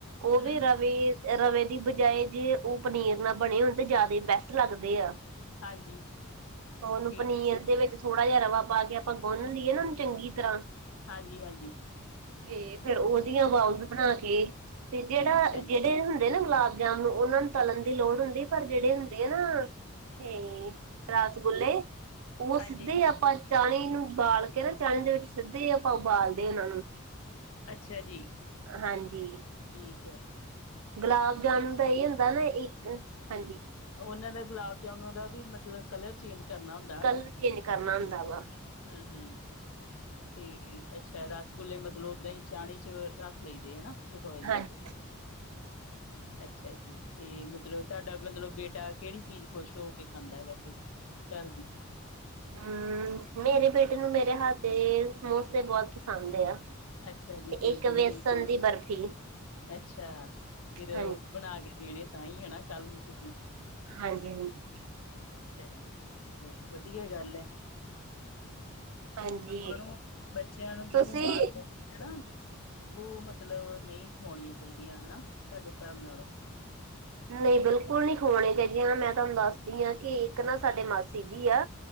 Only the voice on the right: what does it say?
ਉਹ
ਵੀ ਰਵੇ ਇਹ ਰਵੇ ਦੀ ਬਜਾਏ ਜੇ ਉਹ ਪਨੀਰ ਨਾਲ ਬਣੇ ਹੋਣ ਤੇ ਜਾਦਾ ਈ ਬੈਸਟ ਲੱਗਦੇ ਆ।
ਉਹਨੂੰ
ਪਨੀਰ ਦੇ ਵਿੱਚ ਥੋੜਾ ਜਿਹਾ ਰਵਾ ਪਾ ਕੇ ਆਪਾਂ ਗੁੰਨ ਲਈਏ ਨਾ ਉਹਨੂੰ ਚੰਗੀ ਤਰ੍ਹਾਂ।
ਤੇ ਫਿਰ ਓਦੀਆ ਬਾਊਜ ਬਣਾ ਕੇ, ਤੇ ਜੇੜਾ
ਜ
ਚਿੱਟੇ ਹੁੰਦੇ ਨਾ ਗੁਲਾਬ ਜਾਮੁਨ ਉਨਾਂ ਨੂੰ ਤਲਨ ਦੀ ਲੋੜ ਹੁੰਦੀ ਪਰ ਜਿਹੜੇ ਹੁੰਦੈ ਨਾ ਤੇ, ਰਸਗੁੱਲੇ ਉਹ
ਸਿੱਧੇ ਹੀ ਆਪਾਂ ਚਾਸ਼ਣੀ ਨੂੰ ਬਾਲ ਕੇ ਨਾ, ਚਾਸ਼ਣੀ ਦੇ ਵਿੱਚ ਸਿੱਧੇ ਈ ਆਪਾਂ ਉਬਾਲਦੇ ਉਹਨਾਂ ਨੂੰ।
ਹਾਂਜੀ।
ਗੁਲਾਬ ਜਾਮੁਨ ਦਾ ਇਹੀ ਹੁੰਦਾ ਨਾ, ਇੱਕ ਹਾਂਜੀ।
ਕਲਰ ਚੇਂਜ ਕਰਨਾ ਹੁੰਦਾ ਵਾ
ਹਾਂਜੀ
ਹੂੰ, ਮੇਰੇ ਬੇਟੇ ਨੂੰ ਮੇਰੇ ਹੱਥ ਦੇ ਸਮੋਸੇ ਬਹੁਤ ਪਸੰਦ ਆ।
ਤੇ
ਇੱਕ
ਵੇਸਣ ਦੀ ਬਰਫ਼ੀ
ਹਾਂਜੀ
ਹਾਂਜੀ-ਹਾਂਜੀ।
ਹਾਂਜੀ
ਤੁਸੀਂ
ਨਹੀਂ ਬਿਲਕੁਲ ਨੀ ਖਵਾਣੇ ਚਾਹੀਦੀਆਂ। ਮੈਂ ਤੁਹਾਨੂੰ ਦੱਸਦੀ ਹਾਂ ਕਿ ਇੱਕ ਨਾ ਸਾਡੇ ਮਾਸੀ ਜੀ ਐ